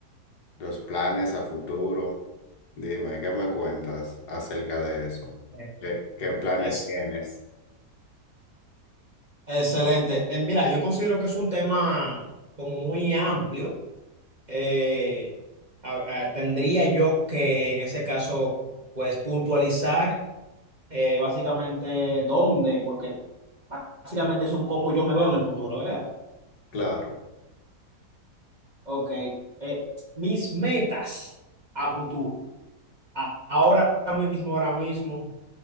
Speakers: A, on the left; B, on the right.
A: los planes a futuro. Dime, ¿qué me cuentas acerca de eso?
B: Eh,
A: ¿Qué, qué planes
B: Es
A: tienes?
B: excelente. Eh, mira, yo considero que es un tema como muy amplio. Eh, a- a- tendría yo que en ese caso, pues puntualizar eh, básicamente dónde, porque básicamente es un cómo yo me veo en el futuro, ¿verdad?
A: Claro.
B: Ok. Eh, mis metas a futuro. A- ahora mismo, ahora mismo.